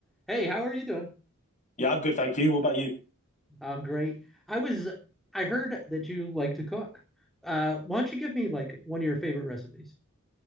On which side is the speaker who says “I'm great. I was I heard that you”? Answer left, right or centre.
Centre